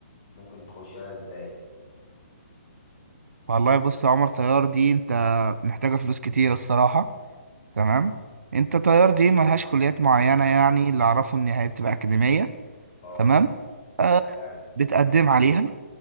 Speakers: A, on the left (about 25°); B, on the right (about 75°).
A: ممكن تخشها ازاي
B: والله بص يا عمر طيار دي انت محتاجه فلوس كتير الصراحه تمام انت طيار دي ملهاش كليات معينه يعني اللي اعرفه ان هي بتبقى اكاديميه
A: اه
B: تمام آه
A: فعلا
B: بتقدم عليها